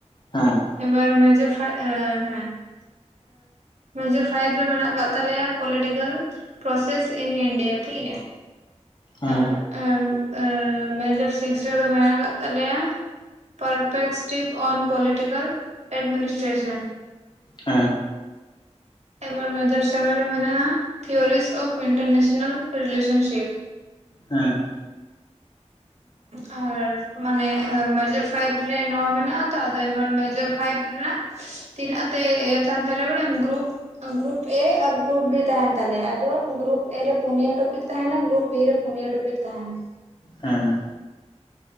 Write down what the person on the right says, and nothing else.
ᱮᱵᱟᱨ ᱢᱮᱡ ᱦᱮᱸ <inaudible> ᱢᱮᱡᱮᱨ ᱯᱷᱟᱭᱤᱵ ᱨᱮ ᱢᱮᱱᱟᱜ ᱟᱠᱟᱫ ᱛᱟᱞᱮᱭᱟ ᱯᱚᱞᱤᱴᱤᱠᱮᱞ ᱯᱨᱳᱥᱮᱥ ᱤᱱ ᱤᱱᱰᱤᱭᱟ ᱴᱷᱤᱠ ᱜᱮᱭᱟ
ᱟᱨ ᱮ ᱟᱨ ᱢᱮᱡᱚᱨ ᱥᱤᱠᱥ ᱨᱮᱫᱚ ᱢᱮᱱᱟᱜ ᱠᱟᱜ ᱛᱟᱞᱮᱭᱟ ᱯᱟᱨᱯᱮᱥᱴᱤᱠ ᱚᱱ ᱯᱳᱞᱤᱴᱤᱠᱮᱞ ᱪᱮᱯᱥ ᱢᱤᱱᱤᱥ ᱴᱤᱥᱮᱱ
ᱮᱵᱟᱨ ᱢᱮᱡᱚᱨ ᱥᱮᱵᱷᱮᱱ ᱨᱮ ᱢᱮᱱᱟᱜ ᱟ ᱛᱷᱤᱭᱚᱨᱤ ᱚᱯ ᱮᱱᱴᱟᱨᱱᱮᱥᱱᱟᱞ ᱨᱤᱞᱮᱥᱚᱱᱥᱤᱯ
ᱦᱚ ᱟᱨ ᱢᱟᱱᱮ ᱢᱮᱡᱚᱨ ᱯᱷᱟᱭᱤᱵ ᱨᱮ ᱱᱚᱣᱟ ᱢᱮᱱᱟᱜ ᱟ ᱛᱚ ᱟᱫᱚ ᱮᱵᱟᱨ ᱢᱮᱡᱚᱨ ᱯᱷᱟᱭᱤᱵ ᱨᱮᱱᱟᱜ ᱛᱤᱱᱟᱹᱜ ᱟᱛᱮᱜ ᱛᱟᱦᱮᱱ ᱛᱟᱞᱮᱭᱟ ᱵᱟᱰᱟᱭᱢ ᱜᱨᱩᱯ ᱜᱨᱩᱯ ᱮ ᱟᱨ ᱜᱨᱩᱯ ᱵᱤ ᱛᱟᱦᱮᱱ ᱛᱟᱞᱮᱭᱟ ᱟᱫᱚ ᱜᱨᱩᱯ ᱮ ᱨᱮ ᱯᱳᱱᱭᱟ ᱴᱚᱯᱤᱠ ᱛᱟᱦᱮᱱᱟ ᱜᱨᱩᱯ ᱵᱤ ᱨᱮ ᱯᱳᱱᱭᱟ ᱴᱩᱯᱤᱠ ᱛᱟᱦᱮᱱᱟ